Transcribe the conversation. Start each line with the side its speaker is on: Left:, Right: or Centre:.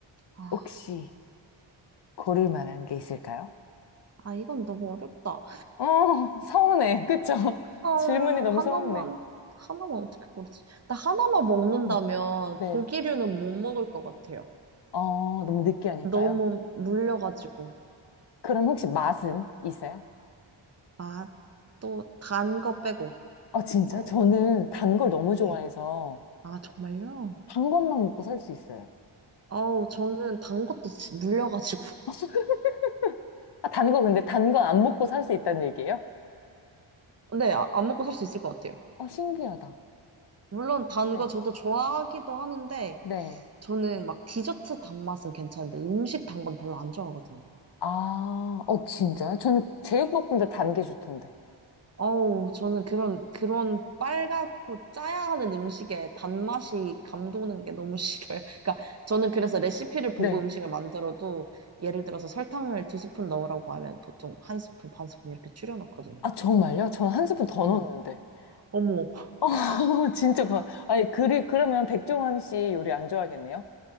Right: 아,
Left: 혹시 고를 만한 게 있을까요?
Right: 아, 이건 너무 어렵다.
Left: 어, 서운해. 그쵸? <laughs>
Right: 어,
Left: 질문이 너무
Right: 하나만,
Left: 서운해.
Right: 하나만 어떻게 고르지? 나 하나만 먹는다면
Left: 음. 네.
Right: 고기류는 못 먹을 것 같아요.
Left: 어, 너무 느끼하니까요.
Right: 너무 물려가지고.
Left: 그럼 혹시 맛은 있어요?
Right: 아, 또 단 거 빼고.
Left: 아, 진짜?
Right: 어,
Left: 저는 단 걸 너무
Right: 네.
Left: 좋아해서
Right: 아, 정말요?
Left: 단 것만 먹고 살 수 있어요.
Right: 어우, 저는 단 것도 지- 물려가지고. <laughs>
Left: <laughs> 아, 단 거, 근데 단 거 안 먹고 살 수 있다는 얘기예요?
Right: 네, 아, 안 먹고 살 수 있을 것 같아요.
Left: 어, 신기하다.
Right: 물론 단
Left: 네.
Right: 거 저도 좋아하기도 하는데,
Left: 네.
Right: 저는 막 디저트 단맛은 괜찮은데 음식 단건 별로 안 좋아하거든요.
Left: 아, 어, 진짜요? 저는 제육볶음도 단 게 좋던데.
Right: 어우, 저는 그런, 그런 빨갛고 짜야 하는 음식에 단맛이 감도는 게 너무 싫어요. <laughs> 그러니까 저는 그래서 레시피를 보고
Left: 네.
Right: 음식을 만들어도 예를 들어서 설탕을 두 스푼 넣으라고 하면 보통 한 스푼, 반 스푼 이렇게 줄여 넣거든요.
Left: 아, 정말요? 저는 한 스푼 더
Right: 네.
Left: 넣었는데.
Right: 어머,
Left: <laughs> 어, 진짜 봐. 아니, 그리, 그러면 백종원 씨 요리 안 좋아하겠네요?